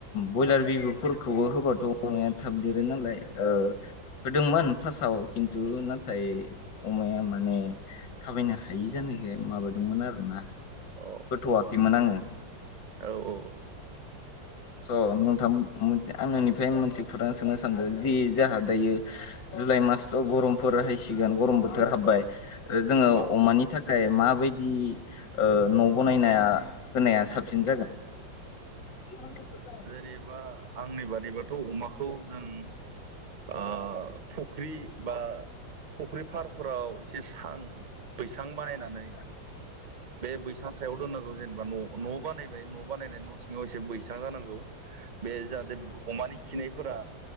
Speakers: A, on the left; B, on the right.
A: बयलार बिबुफोरखौबो होबाथ' अमाया थाब देरो नालाय ओ होदोंमोन फार्स्टाव नाथाय अमाया माने थाबायनो हायि जानायखाय माबादोंमोन आरोना
B: औ
A: होथ'वाखैमोन आङो
B: औ औ
A: स' नोंथां मोनसे आं नोंनिफ्राय मोनसे खौरां सोंनो सानदों जि जोंहा दायो जुलाइ मासथ' गरमफोर हायसिगोन गरम बोथोर हाबबाय
B: औ
A: आरो जोङो
B: औ
A: अमानि थाख खाय माबायदि न' बनायनाय होनाया साबसिन जागोन अ
B: जेनेबा आंनि बादैबाथ' अमाखौ जों आ फुख्रि बा फुख्रि फारफोराव एसे सां बैसां बानायनानै
A: औ
B: बे बैसां सायाव दोननांगौ जेनेबा न' न' बानायबाय न' बानायनानै न' सिङाव एसे बो सां जानांगौ बे जाहाथे अमानि खिनायफोरा